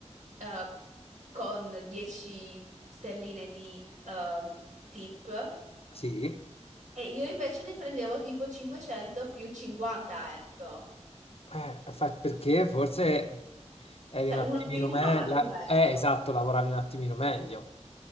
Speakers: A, on the right (about 90°); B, on the left (about 55°).
A: eh, con 10 sterline di ehm, tip
B: Sì,
A: e io invece ne prendevo tipo 500 più 50, ecco.
B: Eh, fa- perché forse eri
A: Cioè
B: un attimino
A: uno più uno
B: meglio...
A: fa due,
B: Eh,
A: ecco.
B: esatto, lavoravi un attimino meglio.